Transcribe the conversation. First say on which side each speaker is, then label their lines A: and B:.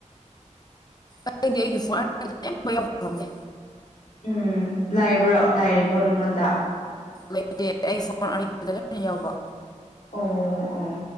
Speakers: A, on the left; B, on the left.
A: ꯑꯗꯨꯒꯤ ꯑꯩꯒꯤ ꯐꯣꯟ <unintelligible> ꯑꯈꯣꯢ ꯌꯥꯝ ꯉꯝꯃꯦ
B: ꯎꯝ ꯂꯩꯕ꯭ꯔꯣ ꯂꯩꯔꯤꯕꯣ ꯅꯪꯉꯣꯟꯗ
A: ꯂꯩꯇꯦ ꯑꯩ ꯐꯣꯟ ꯑꯔꯤꯕꯗ ꯂꯣꯏꯅ ꯌꯥꯎꯕ
B: ꯑꯣ ꯑꯣ